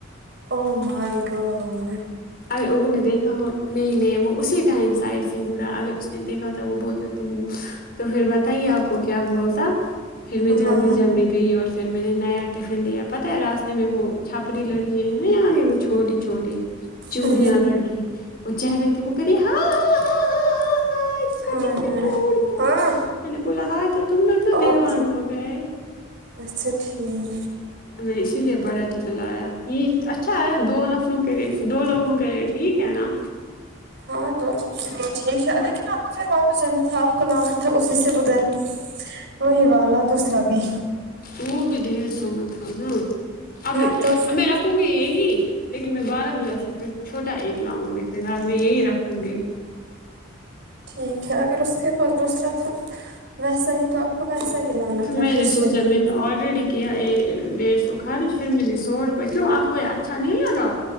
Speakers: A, on the right; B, on the left.
A: او مائی گوڈ
B: اور ابوون دیکھا ہت نئی نئی وہ اسی ٹائم سائٹ سے مڈا اگر اس نے دیکھا تھا وہ بہولتا ہے تم تو پھر بتائیے آپ کو کیا بولتا پھر میں
A: ہاں
B: جلدی جلدی گئی اور پھر میں نے نیا ٹفن لیا پتہ ہے راستے میں وہ چھپڑ لڑی ہیں نا یہاں کی وہ چھوٹی چھوٹی چوڑیاں
A: ہاں
B: لڑکی وہ چہرےتی وہ کر یہ ہاں آ ا ا ہاں اس کا
A: ہاں
B: ٹفن
A: ہاں
B: ٹوٹ گیا
A: ہاں
B: میں نے بولا ہائے تو تم لوگ تو دیوانا
A: آپ کے
B: ہو گئے
A: اچھا ٹھیک
B: میں نے اسی لیے بڑا ٹفن لایا یہ اچھا ہے دو نفروں کے دو لوگوں کے لیے ٹھیک ہے نا
A: ہاں تو چ لیے ٹھیک ہے لیکن آپ کو پھر واپس جانا تھا آپ کو لانا تھا اسی سے ادھر وہی والا دوسرا بھی
B: وہ بھی ڈھیر سو میں تھا نا اب
A: ہاں
B: میں
A: تو پھر
B: اب میں رکھوں گی یہی لیکن میں بارہ ملا سے پھر چھوٹا ایک لاؤں گی فلحال میں یہی رکھوں گی
A: ٹھیک ہے اگر ا اسس کے پاس دوسرا تھا ویسا ہی تو آپ کو ویسا ہی لانا تھا
B: میں
A: پھر
B: نے سوچا
A: سے ہی
B: میں نے آلریڈی کیا ڈیڑھ سو خار پھر مے سو روپئے کیوں آپ کو یہ اچھا نہیں لگا